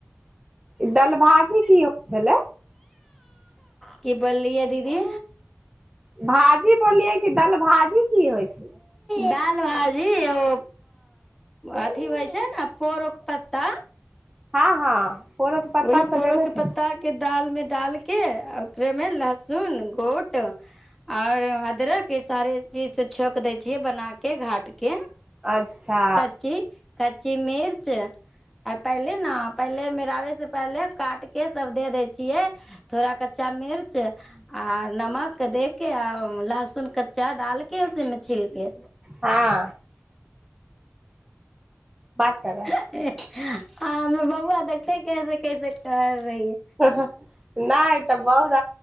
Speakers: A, on the right; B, in the centre.
A: ई दलभाजी की होइ छलै?
B: कि बलिय दीदी?
A: भाजी बोललियै, कि दलभाजी की होइ छै?
B: दाल भाजी ओ, अथी होइ छै ने, पोरक पत्ता।
A: हँ- हँ, पोरक पत्ता
B: ओहि
A: तऽ
B: पोरो
A: जानै
B: के पत्ता
A: छै।
B: दाल मे डालके, ओकरेमे लहसुन गोट आओर, अदरकके सारे चीज से छौंक दै छियै, बनाके घाटके।
A: अच्छा
B: कची कच्ची मिर्च, और पहले न, पहले मेरा से पहले काट के सब दे दै छै। चिए, थोड़ा कच्चा मिर्च, आ नमक दे के, आ लहसुन चार डालके, उसीमे छिलके।
A: हँ बात करा
B: आ हमे बौआ देखते, कैसे -कैसे कर रहियै।
A: नहि, तऽ बहुत